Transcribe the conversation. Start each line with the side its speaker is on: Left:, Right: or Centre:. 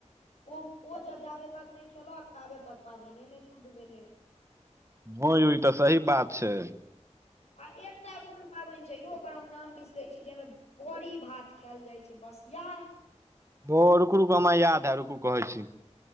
Left: ओ ओ ज जाबे तक नहि खेलक ताबे तक पाबनि नहि शुद्ध भेले।
Right: ह ई तऽ सही बात छै।
Left: आ एकटा कोन पाबनि छै यो ओकर हम नाम बिसरै छी जाहिमे बड़ी भात खायल जाइत छै बसिया।
Right: ओ रुकु रुकु हमरा याद है रुकु कहै छी